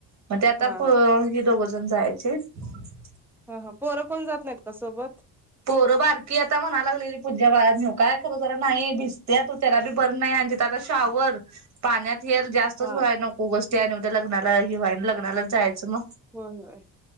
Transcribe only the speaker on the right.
म ते आता
प
हे दोघंजण जायची हाईत.
पोरं बारकी आता म्हणा लागलेली, <unintelligible> न्हिऊ काय खरं जरा न्हाई भिजत्यात ओ त्याला बी बर नाय आ आन तिथं आता शावर पाण्यात हेर जास्तच
व्हाय नको, उगच ते आणि उद्या लग्नाला‌ हे व्हाय लग्नालाच जायचं म